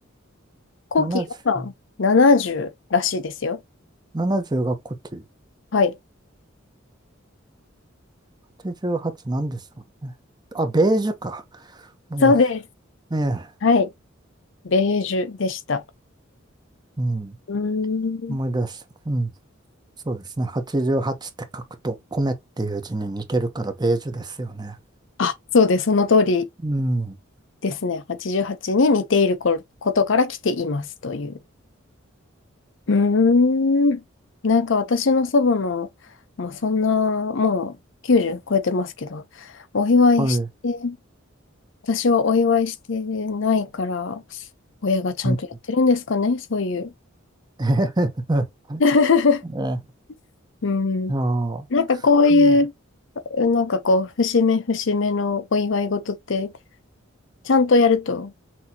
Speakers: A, on the left; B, on the right.
A: 古希は70らしいですよ。
B: 70、70が古希。
A: はい。
B: 88なんでしょうね。あ、ベージュか。思い出す。
A: そうです。
B: ええ、
A: はい。ベージュでした。
B: うん。
A: うーん。
B: 思い出した。うん。そうですね。88って書くと、米っていう字に似てるから、ベージュですよね。
A: あ、そうです。その通り
B: うん。
A: ですね。88に似ているこことから来ていますという。うーん。なんか私の祖母の、もうそんな、もう90超えてますけど、お祝いして、
B: はい。
A: 私はお祝いしてないから、親がちゃんとやってるんですかね、
B: うん。
A: そういう。
B: <laughs> えへへへ
A: <laughs>
B: え、
A: うん。
B: ああ。
A: なんかこういう、
B: うん。
A: なんかこう、節目節目のお祝い事って、ちゃんとやると